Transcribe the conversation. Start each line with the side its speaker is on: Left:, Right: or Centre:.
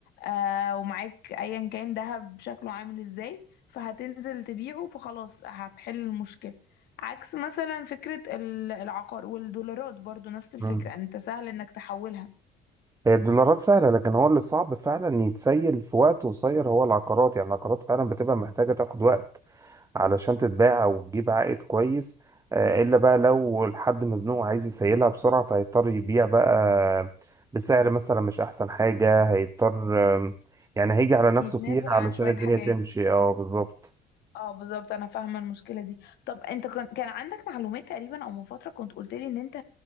Left: آه ومعاك ايا كان ذهب شكله عامل ازاي فهتنزل تبيعه فخلاص هتحل المشكلة عكس مثلا فكرة ال- العقار والدولارات برضو نفس الفكرة
Right: مم.
Left: انت سهل انك تحولها
Right: هي الدولارات سهلة لكن هو اللي صعب فعلا يتسيل في وقت قصير هو العقارات يعني العقارات فعلا بتبقى محتاجة تاخد وقت علشان تتباع أو تجيب عائد كويس آه، إلا بقى لو الحد مزنوق عايز يسيلها بسرعة فهيضطر يبيع بقى بسعر مثلا مش أحسن حاجة هيضطر آم، يعني هيجي على نفسه
Left: يتنازل
Right: فيها علشان
Left: عن شوية
Right: الدنيا
Left: حاجات
Right: تمشي اه بالظبط
Left: اه بالظبط انا فاهمة المشكلة دي طب انت كان كان عندك معلومات تقريبا او من فترة كنت قلت لي ان انت